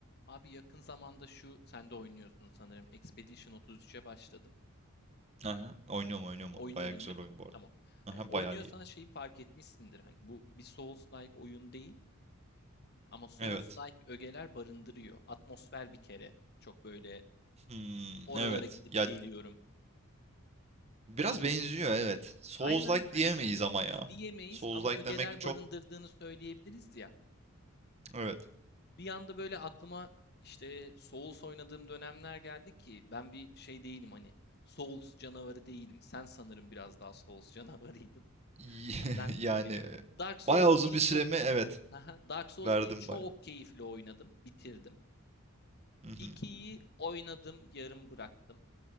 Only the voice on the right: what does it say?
Aha, oynuyorum oynuyorum
onu. Bayağı güzel
oyun
bu arada.
Aha,
bayağı iyi.
Evet.
Hmm,
evet.
Ya
biraz benziyor evet. Souls-like
diyemeyiz ama ya.
Souls-like
demek çok
evet.
İyi,
<laughs> Yani
e,
bayağı uzun
bir süremi
evet
verdim
bayağı.
Hı hı.